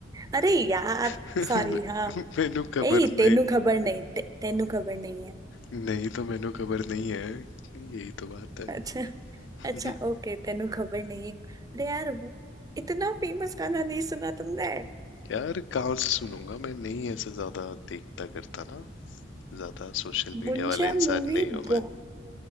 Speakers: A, on the right (about 20°); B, on the left (about 80°).
A: अरे यार
B: <laughs>
A: सॉरी हाँ
B: मेनू खबर
A: ए तेनू
B: नहीं
A: खबर नहीं ते, तेनू खबर नहीं है
B: नहीं तो मेनू खबर नहीं है यही तो बात है
A: अच्छा अच्छा
B: <laughs>
A: ओके तेनू खबर नहीं है अरे यार वो- इतना फेमस गाना नहीं सुना तुमने
B: यार कहाँ से सुनूंगा मैं नहीं ऐसे ज्यादा देखता करता ना ज्यादा सोशल मीडिया
A: मुंजा
B: वाला इंसान
A: मूवी
B: नहीं हूँ मैं
A: बहु